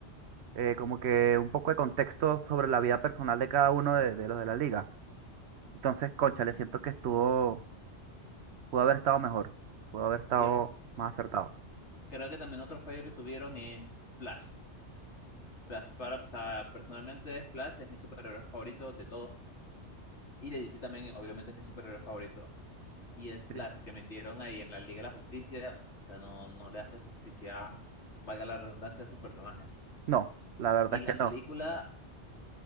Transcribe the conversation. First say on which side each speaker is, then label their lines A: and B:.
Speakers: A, on the right; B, on the left.
A: eh, como que un poco de contexto sobre la vida personal de cada uno de, de los de la liga. Entonces, cónchale, siento que estuvo, pudo haber estado mejor. Pudo haber estado
B: y
A: más acertado.
B: creo que también otro fallo que tuvieron es Flash. Flash para, o sea, personalmente Flash es mi superhéroe favorito de todos. Y de DC también, obviamente, es mi superhéroe favorito. Y el Flash
A: Sí.
B: que metieron ahí en la Liga de la Justicia, o sea, no, no le hace justicia, valga la redundancia, a su personaje.
A: No, la verdad
B: Y la
A: es que no.
B: película